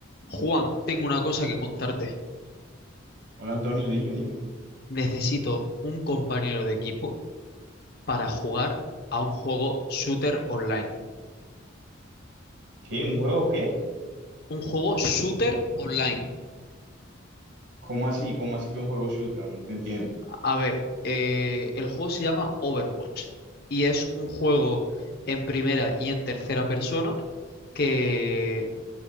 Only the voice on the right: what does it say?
Hola Antonio, dime, dime.
¿Qué? ¿Un juego qué?
¿Cómo así? ¿Cómo así que un juego shooter? No te entiendo.